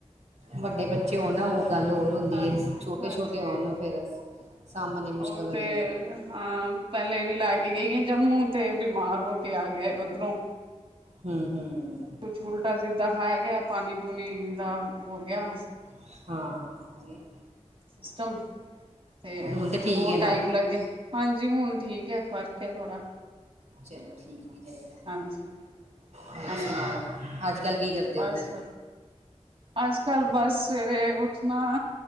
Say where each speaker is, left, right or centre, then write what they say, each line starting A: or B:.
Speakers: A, on the right (about 75°); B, on the right (about 50°).
A: ਵੱਡੇ ਬੱਚੇ ਹੋਣ ਨਾ ਓ ਗੱਲ ਹੋਰ ਹੁੰਦੀ
B: ਹਾਂਜੀ
A: ਐ। ਛੋਟੇ,
B: ਹਾਂਜੀ
A: ਛੋਟੇ ਹੋਣ ਫੇਰ ਸਾਂਭਣੇ ਮੁਸ਼ਕਿਲ
B: ਉਹ ਤੇ
A: ਹੋ ਜਾਂਦੇ ਆ।
B: ਹਾਂ ਪਹਿਲੇ ਲੈ ਕੇ ਗਈ ਆ ਜੰਮੂ ਤੇ ਬਿਮਾਰ ਹੋ ਕੇ ਆ ਗੇ ਉੱਧਰੋਂ।
A: ਹੂੰ ਹੂੰ
B: ਕੁਛ ਉਲਟਾ ਸਿੱਧਾ ਖਾਇਆ ਗਿਆ, ਪਾਣੀ ਪੂਣੀ ਦਾ ਹੋਗਿਆ।
A: ਅੱਛਾ, <unintelligible>
B: ਸਿਸਟਮ ਤੇ
A: ਹੁਣ ਤਾਂ
B: ਬਹੁਤ
A: ਠੀਕ ਹੈ ਨਾ
B: ਟਾਈਮ ਲਾਗਿਆ। ਹਾਂਜੀ ਹੁਣ ਠੀਕ ਐ, ਫ਼ਰਕ ਏ ਥੋੜਾ।
A: ਚਲੋ ਠੀਕ ਈ ਚਾਹੀਦਾ।
B: ਹਾਂਜੀ
A: ਹੋਰ
B: ਹਾਂਜੀ
A: ਸੁਣਾਓ ਅੱਜ ਕੱਲ ਕੀ ਕਰਦੇ
B: ਬਸ
A: ਓ ਫੇਰ?
B: ਅੱਜ ਕੱਲ੍ਹ ਬਸ ਸਵੇਰੇ ਉੱਠਣਾ